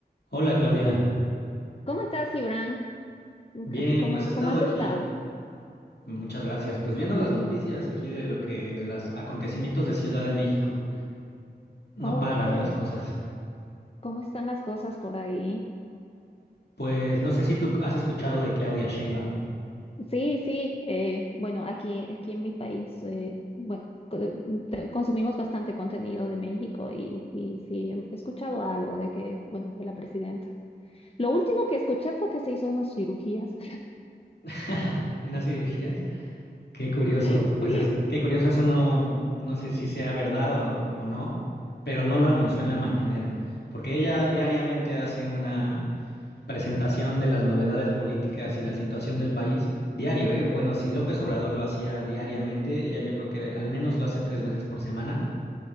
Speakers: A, on the left (about 70°); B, on the left (about 35°).
A: Hola Claudia,
B: ¿Cómo estás, Gibran?
A: bien,
B: ¿Cómo,
A: pues he estado
B: cómo has
A: aquí,
B: estado?
A: muchas gracias, pues viendo las noticias aquí de lo que, de los acontecimientos de Ciudad de México, no
B: Oh,
A: paran
B: qué,
A: las cosas.
B: ¿cómo están las cosas por ahí?
A: Pues no sé si tú has escuchado de Claudia Sheinbaum,
B: Sí, sí. eh, bueno, aquí, aquí en mi país, eh, bueno, co- te- consumimos bastante contenido de México y, y sí, he escuchado algo de que, bueno, de la presidenta. Lo último que escuché fue que se hizo unas cirugías.
A: <laughs> unas cirugías, qué curioso,
B: <laughs>
A: pues es, qué curioso, eso no, no sé si sea verdad o, o- o no, pero no lo anunció en la mañanera, porque ella diariamente hace una presentación de las novedades políticas y la situación del país diario, ¿eh? Bueno, si López Obrador lo hacía diariamente, ella yo creo que al menos lo hace tres veces por semana.